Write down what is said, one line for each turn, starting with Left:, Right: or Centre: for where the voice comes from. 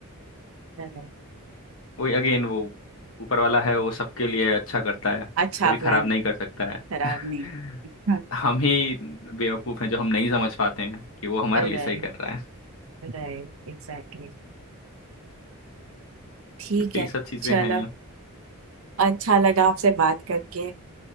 Right: right
Left: वही अगेन वो ऊपर वाला है वो सबके लिए अच्छा करता है
Right: अच्छा
Left: कभी खराब
Right: प्लान
Left: नहीं कर सकता है
Right: खराब
Left: <laughs>
Right: नहीं हाँ
Left: हम ही बेवकूफ हैं जो हम नहीं समझ पाते हैं कि वो हमारे
Right: राइट
Left: लिए सही कर रहा है
Right: राइट एग्जैक्टली <laughs> ठीक
Left: यही
Right: है
Left: सब चीजें
Right: चलो
Left: हैं
Right: अच्छा लगा आपसे बात करके